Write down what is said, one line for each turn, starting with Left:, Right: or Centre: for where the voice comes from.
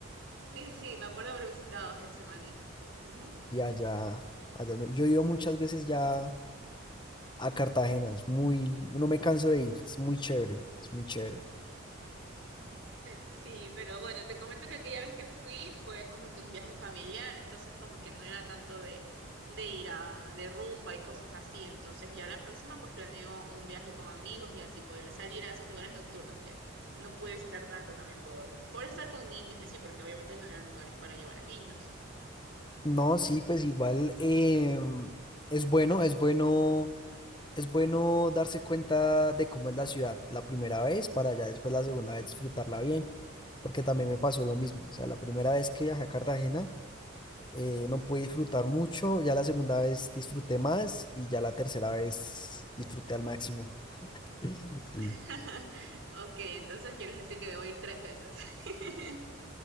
Right: Sí, sí, me acuerdo haber visitado Getsemaní. Ujú.
Left: y allá, allá me- yo he ido muchas veces ya a Cartagena, es muy, no me canso de ir, es muy chévere, es muy chévere.
Right: Sí, pero bueno, te comento que aquella vez que fui fue como que un viaje familiar, entonces como que no era tanto de, de ir a, de rumba y cosas así, entonces ya la próxima pues planeo un viaje con amigos y así poder salir a esos lugares nocturnos que no pude visitar tanto también por, por estar con niños y así, porque obviamente no eran lugares para llevar a niños.
Left: No, sí, pues igual em, es bueno, es bueno, es bueno darse cuenta de cómo es la ciudad la primera vez para ya después la segunda vez disfrutarla bien, porque también me pasó lo mismo, o sea, la primera vez que viajé a Cartagena, eh, no pude disfrutar mucho, ya la segunda vez disfruté más y ya la tercera vez disfruté al máximo. <laughs> Sí.
Right: <laughs> Ok, entonces quieres decir que debo ir tres veces. <laughs>